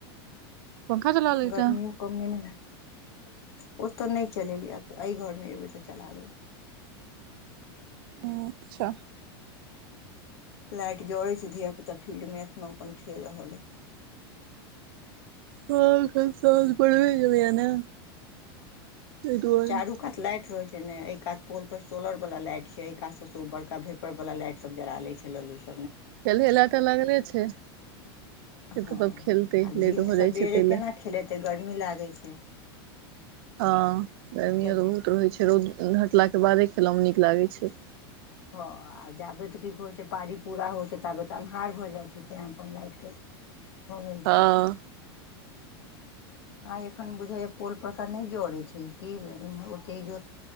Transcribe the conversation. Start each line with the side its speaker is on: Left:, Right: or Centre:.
Right: पंखा चला लेलही
Left: गर्मियों
Right: तैं
Left: कम नहि ने छै। ओतय नहि चलेलियै एहि घरमे एबै त चला देबै।
Right: अच्छा।
Left: लाइट जड़ै छै धियापुता फील्डमे एखनहु अपन खेल रहल अइ।
Right: सांझखन आनि लेबै ने। तै दुआरे
Left: चारू काात लाइट रहै छै। ने एहि कात पोल पर सोलर वला लाइट छै एहि काज सब से ओ बड़का भेपर वाल लाइट सब जरा ले छै लालूस।
Right: खेल वलाके लगले छै। से
Left: हँ
Right: तऽ सब खेलतै
Left: आ
Right: लेट
Left: दिन
Right: भऽ जाइ
Left: सवेरे
Right: छै ताहि
Left: केना
Right: लए
Left: खेलेतै गर्मी लागै छै।
Right: हँ गर्मियो
Left: सबे
Right: त बहुत रहैत छै, रौद घटलाके बादे खेलाइमे नीक लागै छै।
Left: हँ आ जाबे त की कहै छै पानी पड़ी पूरा होइ जाइ छै ताबे त अन्हार भ जाइ छै तैँ अपन लाइट सुविधा भ गेल
Right: हँ
Left: छै। आ एखन बुझैये पोल परके नै जरै छै कि ओते जे